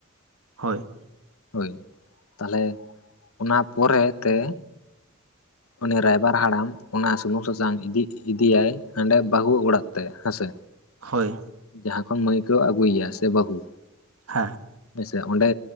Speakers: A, on the right; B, on the left.
A: ᱦᱳᱭ
B: ᱦᱳᱭ ᱛᱟᱦᱚᱞᱮ ᱚᱱᱟ ᱯᱚᱨᱮᱛᱮ ᱩᱱᱤ ᱨᱟᱭᱵᱟᱨ ᱦᱟᱲᱟᱢ ᱚᱱᱟ ᱥᱩᱱᱩᱢ ᱥᱟᱥᱟᱝᱤᱫᱤ ᱤᱫᱤᱭᱟᱭ ᱦᱟᱸᱰᱮ ᱵᱟᱦᱩ ᱚᱲᱟᱜ ᱛᱮ ᱦᱮᱸᱥᱮ
A: ᱦᱳᱭ
B: ᱡᱟᱦᱟᱸ ᱠᱷᱚᱱ ᱢᱟᱹᱭ ᱠᱩ ᱟᱹᱜᱩᱭ-ᱭᱟ ᱥᱮ ᱵᱟᱹᱦᱩ
A: ᱦᱮᱸ
B: ᱦᱮᱸᱥᱮ ᱚᱱᱰᱮ